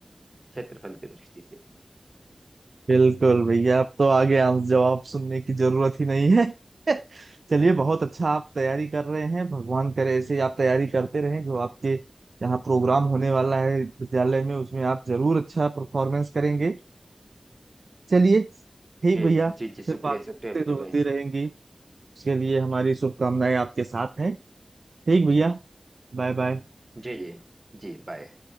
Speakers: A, on the right; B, on the right.
A: क्षेत्रफल की दृष्टि से
B: बिल्कुल भैया अब तो आगे आंस जवाब सुनने की जरूरत ही नहीं है <laughs> चलिए बहुत अच्छा आप तैयारी कर रहे हैं भगवान करे ऐसे ही आप तैयारी करते रहें जो आपके यहाँ प्रोग्राम होने वाला है विद्यालय में उसमें आप जरूर अच्छा परफॉर्मेंस करेंगे चलिए ठीक
A: जी
B: भैया
A: जी जी
B: फिर
A: शुक्रिया
B: बातें
A: शुक्रिया
B: तो
A: मेरे
B: होती
A: भाई
B: रहेंगी उसके लिए हमारी शुभकामनाएं आपके साथ हैं ठीक भैया बाय बाय
A: जी जी जी बाय